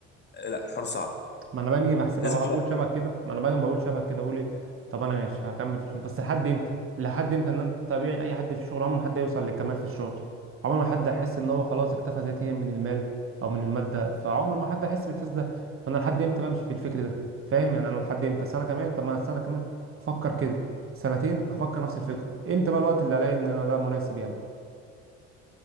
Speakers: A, on the left; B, on the right.
A: آه، لا الحوار صعب
B: ما انا باجي بحسبها
A: لازم
B: بقى
A: تبقى
B: بقول شبه كده ما انا باجي بقول شبه كده بقول ايه طب انا ماشي هكمل في الشغل بس لحد امتى لحد امتى ان انت طبيعي اي حد في الشغل عمره ما حد هيوصل للكمال في الشغل عمر ما حد هيحس ان هو خلاص اكتفى ذاتيا من المال او من الماده فعمر ما حد هيحس بالاحساس ده فانا لحد امتى بمشي في الفكر ده فاهم يعني انا لحد امتى سنه كمان طب ما أنا سنه كمان هفكر كده سنتين هفكر نفس الفكره امتى بقى الوقت اللي الاقي ان انا ده مناسب يعني